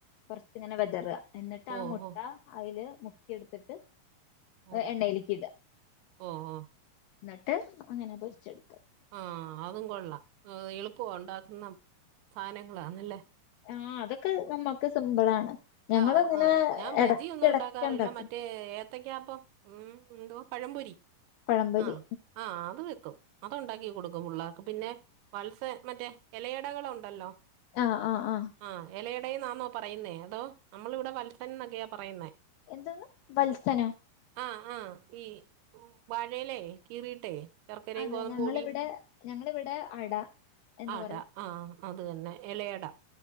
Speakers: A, on the left; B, on the right.
A: കുറച്ച്ങ്ങനെ വെതറ എന്നിട്ട്
B: ഓ
A: ആ മുട്ട
B: ഓ
A: അയില് മുക്കിയെടുത്തിട്ട്
B: ഓ
A: എണ്ണയിലേക്ക്ഇട
B: ഓ ഓ
A: ന്നിട്ട് അങ്ങനെ പൊരിച്ചെട്
B: ആഹ് അതും കൊള്ളാം എളുപ്പ ഉണ്ടാക്കുന്ന സാധനങ്ങളാണല്ലേ
A: ആഹ് അതൊക്കെ നമ്മുക്ക് സിമ്പിളാണ് ഞങ്ങളിങ്ങനെ
B: ആഹ് ആഹ് ഞാൻ ബജിയൊന്നും
A: എടക്കെടക്ക്
B: ഉണ്ടാക്കാറില്ല
A: ഇണ്ടാക്കും
B: മറ്റേ ഏത്തക്കാപ്പ ഉം എന്തുവാ പഴംപൊരി
A: പഴംപൊരി
B: ആ ആ അത് വെക്കും അതു ഉണ്ടാക്കി കൊടുക്കും പുള്ളാർക്ക് പിന്നെ വത്സ മറ്റേ ഇലയിടകൾ ഉണ്ടല്ലോ
A: ആഹ് ആഹ് ആഹ്
B: ആ എലയടെന്നാന്നോ പറയുന്നേ അതോ നമ്മൾവിടെ വത്സൻന്നൊക്കെയാ പറയുന്നേ
A: എന്തന്ന് വത്സനൊ
B: ആ ആ ഈ വാഴയിലേ കീറിട്ടേ ശർക്കരയും
A: അതെ
B: ഗോതമ്പ്പൊടിയും
A: ഞങ്ങളിവിടെ ഞങ്ങളിവിടെ അട എന്ന്
B: അട
A: പറയും
B: ആ അത് തന്നെ എലയട